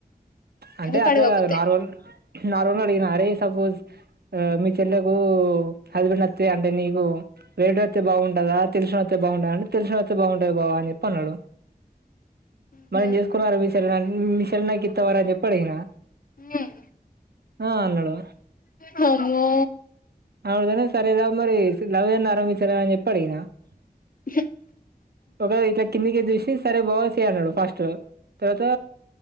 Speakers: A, on the right; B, on the left.
A: అంటే
B: ఎందుకు
A: అట్లా
B: అడగబుద్ది
A: కాదు నార్మల్ నార్మల్గా అడిగిన అరే సపోజ్ మీ చెల్లెకు హస్బెండ్ అస్తే అంటే నీకు రేటు అయితే బాగుంటుందా తెలిసిన అయితే బాగుంటంద అంటే తెలిసిన అయితే బాగుంటుంది బావ అని చెప్పి అన్నాడు
B: అయింది
A: మరి నేను చేసుకోనర మీ చెల్లి మీ చెల్లిని నాకు ఇత్త వర అని చెప్పి అడిగిన
B: ఉం
A: ఆ అన్నాడు
B: వామ్మో
A: అవునుతనే సరే ఏదా మరి లవ్ ఏన్న ఆరంించలే చెప్పడినా <unintelligible>
B: <inaudible>
A: ఒకే ఇట్లా కిందికి చూసి సరే బావ చేయు అన్నడు ఫస్ట్ తర్వాత